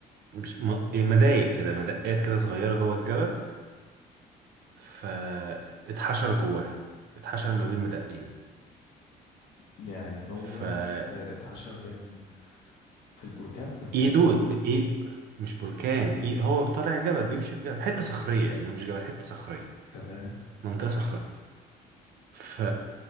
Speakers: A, on the right; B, on the left.
A: مش م- إيه، مضايق كده مدقات كده صغيرة جوه الجبل فاتحشر جواه اتحشر ما بين مدقين
B: يعني هو
A: فايده
B: آه، اتحشر بين في البركان ذات
A: ايد
B: نفسه
A: مش بركان ايد هو طالع جبل بيمشي في جبل حتة صخرية يعني هو مش جبل حتة صخرية
B: تمام
A: منطقة صخرية ف